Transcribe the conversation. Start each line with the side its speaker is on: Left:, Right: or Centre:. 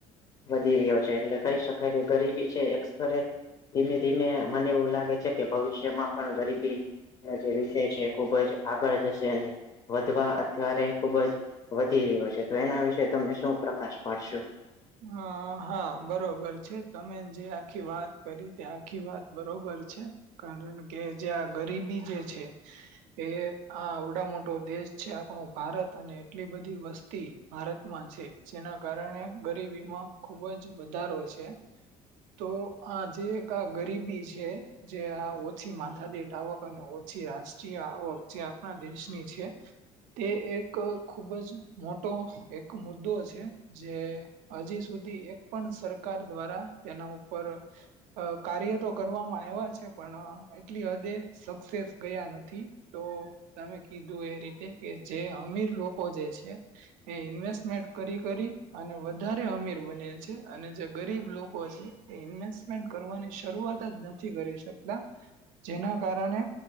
Left: વધી રહ્યો છે, એટલે કહી શકાય કે ગરીબી છે એસરે ધીમે ધીમે મને એવું લાગે છે કે ભવિષ્યમાં પણ ગરીબી ના જે વિષય છે, ખુબ જ આગળ જશે અને વધવા અત્યારે ખુબ જ વધી રહ્યો છે, તો એના વિશે તમે શું પ્રકાશ પાડશો?
Right: હ હા બરોબર છે, તમે જે આખી વાત કરી તે આખી વાત બરોબર છે. કારણ કે જ્યાં ગરીબી જે છે. એ આવડા મોટો દેશ છે, આપણો ભારત અને એટલી બધી વસ્તી ભારતમાં છે, જેના કારણે ગરીબીમાં ખુબ જ વધારો છે. તો આ જે એક આ ગરીબી છે. જે આ ઓછી માથાદીઠ આવક અને ઓછી રાષ્ટ્રીય આવક જે આપણા દેશની છે. તે એક ખુબ જ મોટો એક મુદ્દો છે, જે હજી સુધી એક પણ સરકાર દ્વારા તેના ઉપર અ કાર્ય તો કરવામાં આવ્યા છે, પણ એટલી હદે સક્સેસ ગયા નથી તો તમે કીધું એ રીતે કે જે અમીર લોકો જે છે. એ ઇન્વેસ્ટમેન્ટ કરી કરી અને વધારે અમીર બને છે, અને જે ગરીબ લોકો છે, એ ઇન્વેસ્ટમેન્ટ કરવાની શરૂઆત જ ન થી કરી શકતા જેના કારણે